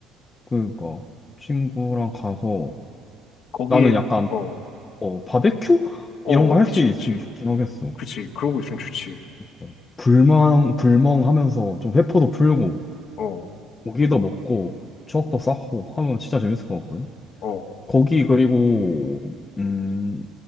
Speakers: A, on the left; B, on the left.
A: 그러니까 친구랑 가서
B: 거기에
A: 나는 약간
B: 어,
A: 어 바베큐
B: 어,
A: 이런
B: 어,
A: 거 할
B: 그치,
A: 수 있으면
B: 그치.
A: 좋긴 하겠어.
B: 그치. 그런 거 있으면 좋지.
A: 어, 불멍 불멍 하면서 좀 회포도 풀고
B: 어,
A: 고기도 먹고 추억도 쌓고 하면 진짜 재밌을 것 같거든.
B: 어.
A: 거기 그리고 음